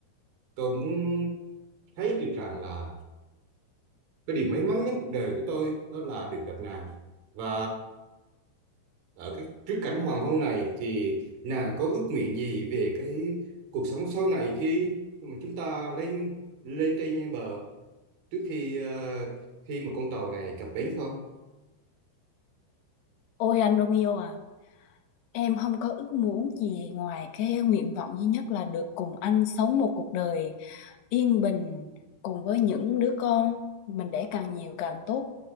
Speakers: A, on the right (about 65°); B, on the left (about 80°).
A: tôi muốn thấy được rằng là cái điều may mắn nhất cuộc đời của tôi đó là được gặp nàng và ở cái trước cảnh hoàng hôn này thì nàng có ước nguyện gì về cái cuộc sống sau này khi mà chúng ta lên lên trên bờ trước khi ờ, khi mà con tàu này cập bến không?
B: Ôi anh Romeo à, em không có ước muốn gì ngoài cái nguyện vọng duy nhất là được cùng anh sống một cuộc đời yên bình cùng với những đứa con mình đẻ càng nhiều càng tốt